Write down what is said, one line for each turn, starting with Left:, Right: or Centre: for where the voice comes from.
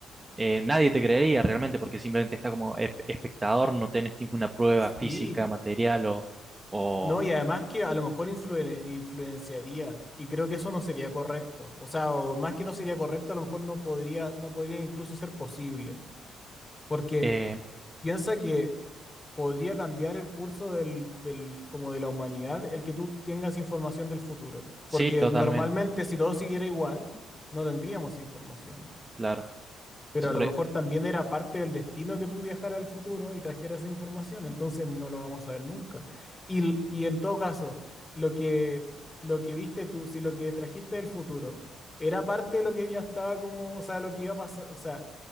Right: Eh, nadie te creería realmente porque simplemente está como esp- espectador, no tenés ninguna prueba física,
Left: Sí.
Right: material o... o
Left: No, y además que a lo mejor influen- influenciaría, y creo que eso no sería correcto. O sea, o más que no sería correcto, a lo mejor no podría, no podría incluso ser posible. Porque
Right: eh,
Left: piensa que podría cambiar el curso del, del- como de la humanidad el que tú tengas información del futuro.
Right: sí,
Left: Porque
Right: totalmente,
Left: normalmente si todo siguiera igual, no tendríamos esa información.
Right: claro.
Left: Pero
Right: Sí, por,
Left: a lo mejor
Right: e-,
Left: también era parte del destino que tú viajaras al futuro y trajeras esa información, entonces no lo vamos a ver nunca. Y, l- y en todo caso, lo que, lo que viste tú, si lo que trajiste del futuro era parte de lo que ya estaba como, o sea, lo que iba a pasar, o sea,